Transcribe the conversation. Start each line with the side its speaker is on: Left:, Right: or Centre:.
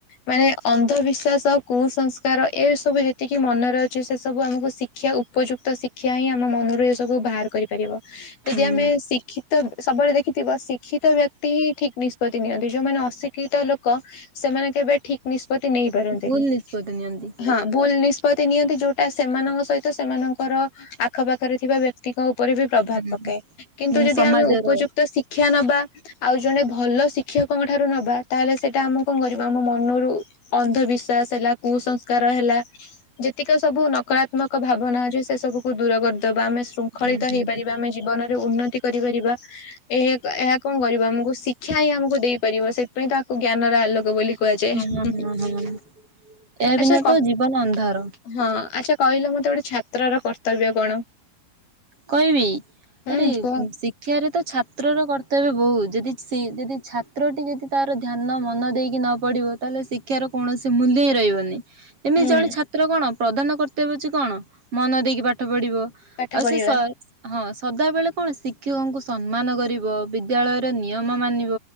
Left: ମାନେ ଅନ୍ଧବିଶ୍ବାସ ଆଉ କୁସଂସ୍କାର ଏ ସବୁ ଯେତିକି ମନରେ ଅଛି ସେ ସବୁ ଆମକୁ ଶି କ୍ଷା ଉପଯୁକ୍ତ ଶିକ୍ଷା ହିଁ ଆମ ମନରୁ ଏ ସବୁ ବାହାର କରିପାରିବ। ଯଦି
Right: ହୁଁ
Left: ଆମେ ଶିକ୍ଷି ତ ସବୁବେଳେ ଦେଖିଥିବ ଶିକ୍ଷିତ ବ୍ୟକ୍ତି ହିଁ ଠିକ୍ ନିଷ୍ପତ୍ତି ନିଅନ୍ତି। ଯୋଉମାନେ ଅଶିକ୍ଷିତ ଲୋକ ସେମାନେ କେବେ ଠିକ୍ ନିଷ୍ପତି ନେଇପାରନ୍ତିନି
Right: ସେ ଭୁଲ ନିଷ୍ପତ୍ତି ନିଅନ୍ତି।
Left: ହଁ। ଭୁଲ ନିଷ୍ପତି ନିଅନ୍ତି। ଯୋଉଟା ସେମାନଙ୍କ ସହିତ ସେମାନଙ୍କର ଆଖପାଖରେ ଥିବା ବ୍ୟ ଙ୍କ ଉପରେ ବି ପ୍ରଭାବ
Right: ହୁଁ
Left: ପକାଏ, କିନ୍ତୁ
Right: ଯେମିତି
Left: ଯଦି
Right: ସମାଜର
Left: ଆମେ ଉପଯୁକ୍ତ ଶି କ୍ଷା ନବା ଆଉ ଜଣେ ଭଲ ଶିକ୍ଷକଙ୍କ ଠାରୁ ନବା ତାହେଲେ ସେ ଟା ଆମକୁ କଣ କରିବ। ଆମ ମନରୁ ଅନ୍ଧବିଶ୍ଵାସ ହେଲା କୁସଂସ୍କାର ହେଲା ଯେତିକି ସବୁ ନକରାତ୍ମକ ଭାବନାରେ ସେ ସବୁକୁ ଦୂର କରିଦବା। ଆମେ ଶୃଙ୍ଖଳିତ
Right: ହୁଁ ହୁଁ
Left: ହେଇପାରିବା ଆମେ ଜୀବନରେ ଉନ୍ନତି କରିପାରିବା। ଏହା କ ଏହା କଣ କରିବ ଆମକୁ ଶିକ୍ଷା ହିଁ ଆମକୁ ଦେଇପାରିବ। ସେଥିପାଇଁ ତ ଦିନର ଆଲୋକ ବୋଲି କୁହାଯାଏ।
Right: ହଁ
Left: ହୁଁ ହୁଁ
Right: ହଁ ହଁ ଏହା
Left: ଆଚ୍ଛା
Right: ବିନା
Left: କ
Right: ତ ଜୀବନ ଅନ୍ଧାର।
Left: ହଁ ଆଚ୍ଛା କହିଲ ମତେ ଗୋଟେ ଛାତ୍ରର କର୍ତ୍ତବ୍ୟ କଣ?
Right: କହିବି
Left: ହୁଁ
Right: ଆରେ
Left: କୁହ
Right: ଶି କ୍ଷାରେ ତ ଛାତ୍ରର କର୍ତ୍ତବ୍ୟ ବୋହୁ ଯଦି ଶି ଯଦି ଛାତ୍ରଟି ଯଦି ତାର ଧ୍ୟାନ ମନ ଦେଇକି ନ ପଢିବ ତାହେଲେ ଶିକ୍ଷାର କୌଣସି ମୂଲ୍ୟ ହି ରହିବନି। ଏମିତି
Left: ହୁଁ
Right: ଜଣେ ଛାତ୍ର କଣ ପ୍ରଧାନ କର୍ତ୍ତବ୍ୟ ହୋଉଚି କଣ ମନ ଦେଇକି ପାଠ ପଢିବ।
Left: ପାଠ
Right: ଆଉ
Left: ପଢିବ।
Right: ସେ ସ ହଁ ସଦାବେଳେ କଣ ଶିକ୍ଷକଙ୍କୁ ସମ୍ମାନ କରିବ। ବିଦ୍ୟାଳୟର ନିୟମ ମାନିବ